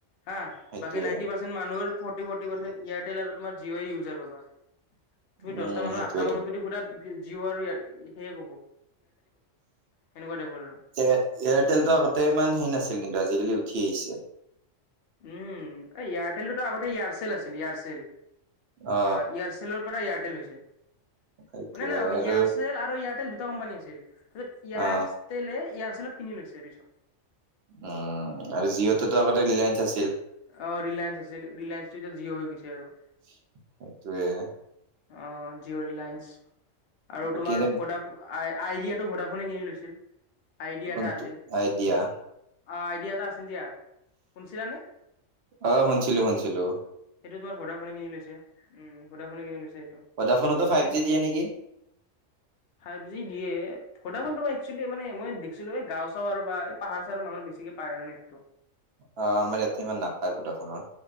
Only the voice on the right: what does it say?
সেইটোয়ে
উম
সেইটোয়েতো
এ এয়াৰটেলটো আগতে ইমান হেৰি নাছিল কিন্তু আজি-কালি উ ঠিআহিছে।
অ
সেইটোয়ে
আৰু
অ
অঁ আৰু জিঅ'তোটো আগতে ৰিলায়েন্স আছিল
সেইটোৱে।
বাকী
এনে
কোনটো
আইডিয়া
অঁ, শুনিছিলোঁ, শুনিছিলোঁ।
ভদাফোনতো ফাইভ জি দিয়ে নেকি?
অ', আমাৰ ইয়াতে ইমান নাপায় ভদাফোনৰ